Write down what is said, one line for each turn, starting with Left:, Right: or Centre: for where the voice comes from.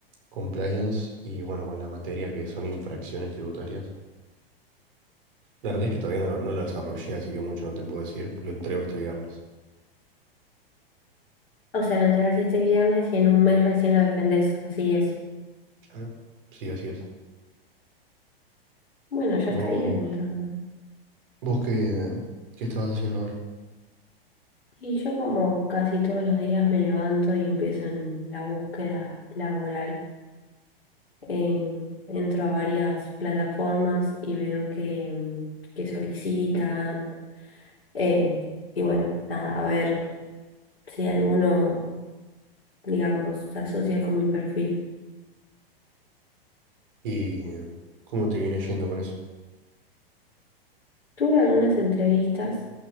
Right: compliance y bueno, con la materia que son infracciones tributarias. La realidad es que todavía no lo, no lo desarrollé, así que mucho no te puedo decir. Lo entrego este viernes.
Left: O sea, lo entregas este viernes y en un mes recién lo defendés. Así es.
Right: Claro. Sí, así es.
Left: Bueno, ya
Right: ¿Vos,
Left: estarías entonces.
Right: vos qué, qué estabas haciendo ahora?
Left: Y yo como casi todos los días me levanto y empiezo en la búsqueda laboral. Em, entro a varias plataformas y veo que, em, que solicitan. eh, y bueno, nada, a ver si alguno, digamos, se asocia con mi perfil.
Right: ¿Y eh, cómo te viene yendo con eso?
Left: Tuve algunas entrevistas,